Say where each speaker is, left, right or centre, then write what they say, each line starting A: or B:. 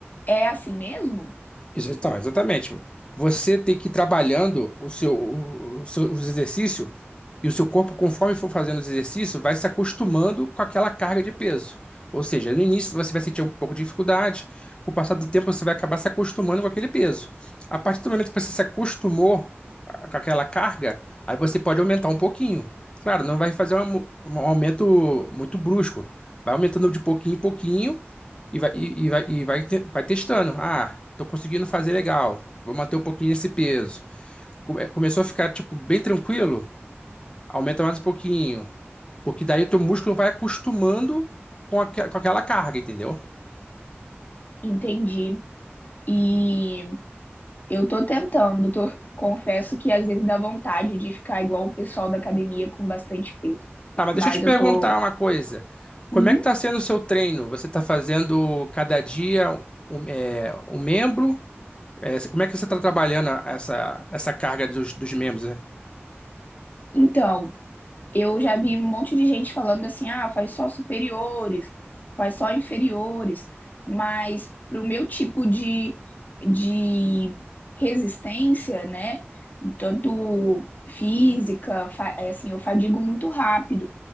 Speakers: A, on the left; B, on the left.
A: É assim mesmo?
B: Ex- Então, exatamente. Você tem que ir trabalhando o seu, o, o seu, os exercícios e o seu corpo, conforme for fazendo os exercícios, vai se acostumando com aquela carga de peso. Ou seja, no início você vai sentir um pouco de dificuldade, com o passar do tempo você vai acabar se acostumando com aquele peso. A partir do momento que você se acostumou a- com aquela carga, aí você pode aumentar um pouquinho. Claro, não vai fazer um, um aumento muito brusco. Vai aumentando de pouquinho em pouquinho e vai, e, e vai, e vai, te- vai testando. Ah, tô conseguindo fazer legal. Vou manter um pouquinho esse peso. Come- é, Começou a ficar, tipo, bem tranquilo. Aumenta mais um pouquinho. Porque daí o teu músculo vai acostumando com, aque- com aquela carga, entendeu?
A: Entendi. E eu tô tentando, tô- confesso que às vezes dá vontade de ficar igual o pessoal da academia com bastante peso.
B: Tá, mas
A: Mas
B: deixa eu te perguntar
A: eu tô.
B: uma coisa. Como
A: Uhum.
B: é que tá sendo o seu treino? Você tá fazendo cada dia um, é, um membro? É, como é que você tá trabalhando essa, essa carga dos, dos membros, né?
A: Então, Eu já vi um monte de gente falando assim, ah, faz só superiores, faz só inferiores, mas pro meu tipo de, de resistência, né, tanto física, fa- é assim, eu fadigo muito rápido.